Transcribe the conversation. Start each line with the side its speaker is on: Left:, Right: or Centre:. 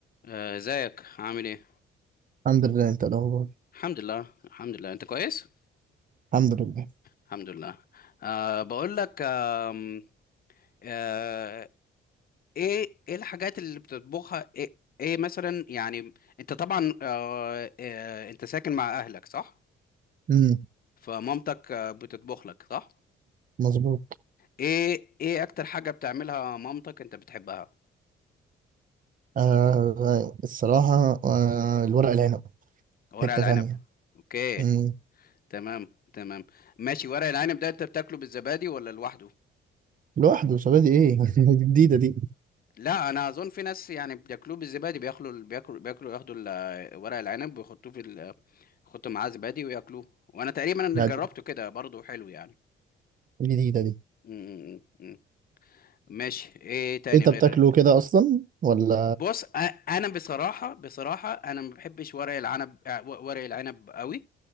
Left: آه، ازيك عامل ايه
Right: الحمد لله انت إيه الاخبار
Left: الحمد لله الحمد لله انت كويس
Right: الحمد لله
Left: الحمد لله أه بقول لك آم، آه، ايه ايه الحاجات اللي بتطبخها ايه, إيه مثلا يعني انت طبعا أه آه، انت ساكن مع اهلك صح
Right: امم
Left: فمامتك آه، بتطبخ لك صح
Right: مظبوط
Left: ايه ايه اكتر حاجة بتعملها مامتك انت بتحبها
Right: آه الصراحه آه الورق العنب
Left: ورق
Right: حته
Left: العنب
Right: ثانيه
Left: اوكي
Right: امم
Left: تمام تمام ماشي ورق العنب ده انت بتاكله بالزبادي ولا لوحده
Right: لوحده شبابي ايه <laughs> جديده دي
Left: لا انا اظن في ناس يعني بياكلوه بالزبادي بياكلوا بياكلوا بياكلوا ياخدوا ال- ورق العنب ويحطوه في ال- يحطوا معاه زبادي وياكلوه وانا تقريبا أنا
Right: لا
Left: جربته
Right: دي
Left: كده برضه حلو يعني
Right: جديده دي
Left: م- م- م- م. ماشي ايه تاني
Right: إيه، انت
Left: غير
Right: بتاكله كده اصلا ولا
Left: بص أ- انا بصراحه بصراحه انا ما بحبش ورق العنب آه، و- ورق العنب قوي